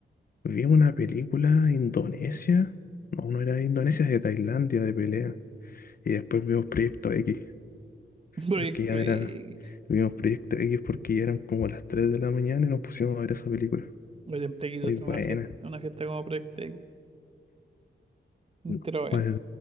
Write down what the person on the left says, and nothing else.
vimos una película de Indonesia, no, no era de Indonesia, de Tailandia, de pelea, y después vimos Proyecto X.
porque ya era,
vimos Proyecto X porque ya eran como las 3 de la mañana y nos pusimos a ver esa película.
Muy
buena.
No,
pues,